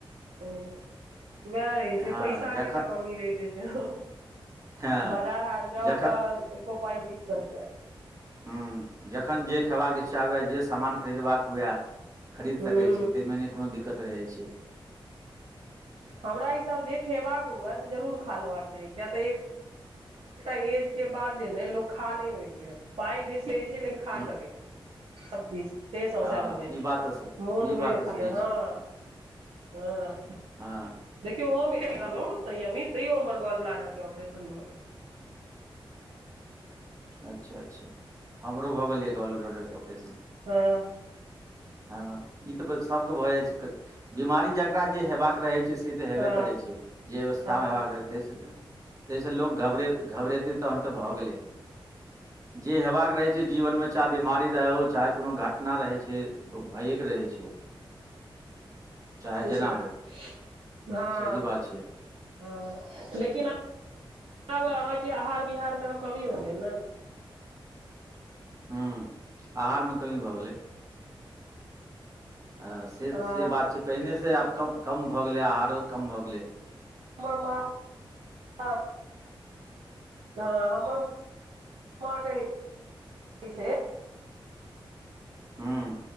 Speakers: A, on the right; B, on the right.
A: वएह रहै
B: हँ
A: छैय पैसाके
B: जखन
A: तऽ कमी रहिते छैय।
B: हँ
A: बजार हाट जाउ
B: जखन
A: त एको पाइ बइच कऽ नहि ऐत।
B: हुं जखन जे खयबाक इच्छा हुए जे सामान खरीदबाक हुए खरीद
A: हूँ
B: सकै छी तयमे नय कोनो दिक्कत रहै छैय।
A: हमरा हिसाब जे खेबाक हुए से जरूर खा लेबाक चाही किय त एक एक एज के बाद जे ने लोक खा नहि होइ छैय पाइ बेसी होइ छैय लेकिन खा
B: हुँ
A: सकै छैय। सभकिछु से समस्या
B: हँ
A: भ जाय
B: ई
A: छैय
B: बात तऽ स
A: मोन
B: ई
A: भइर
B: बात तऽ
A: खा
B: सही
A: लिय
B: छै
A: हँ। हँ।
B: हँ।
A: देखियौ हम रहय छलहुँ संयमित तैयो हमर गाॅल ब्लाडरके ऑपरेशन भ गेल।
B: अच्छा -अच्छा हमरो भ गेल यऽ गॉल ब्लडरके ऑपरेशन।
A: हँ।
B: हँ- हँ इ त सबके भ जाइ छैय बिमारी ज जेकरा जे हेबाक रहय छैय से त हेबे
A: हँ
B: करय छैय। जे अवस्थामे
A: हँ
B: हेबाक रहतै तयसँ- तयसँ लोक घबरे घबरेतै तहन त भ गेलै। जे हेबाक रहै छै जीवन मे चाहे बीमारी रहे ओ चाहे कोनो घटना रहै छैय ओ भइएके रहै छै ओ। चाहे
A: हँ।
B: जेना होय सही बात छै
A: हँअ लेकिन आब अहाँके आहार बिहारमे आब कमी भऽ गेल ने।
B: हूँ आहार मे कमी भऽ गेलै। हँ से-
A: हँ
B: से बात छै पहिने से आब कम -कम भऽ गेलै आहारो कम भऽ गेलै।।
A: हमर मां हँ हँ हमरो मां कहै छै
B: हूॅं।